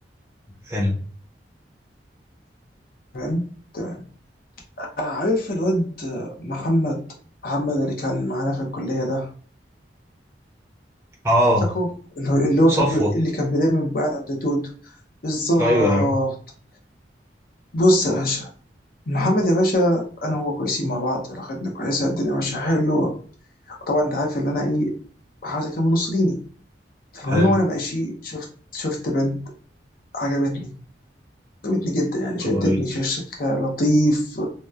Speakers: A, on the right; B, on the left.
A: حلو
B: تمام تمام عارف الواد محمد محمد اللي كان معانا في الكليه ده
A: اه
B: فاكره اللي هو اللي هو
A: صفوة
B: كان بي... اللي كان بي- دايما بيبقى قاعد عند دود بالظبط
A: ايوه يا عم
B: بص يا باشا محمد يا باشا انا وهو كويسين مع بعض علاقتنا كويسه الدنيا ماشيه حلو طبعا انت عارف ان انا ايه بحاول اكمل نص ديني فالمهم
A: حلو
B: وانا ماشي شفت شفت بنت عجبتني عجبتني جدا يعني شدتني
A: كويس
B: ش- شكلها لطيف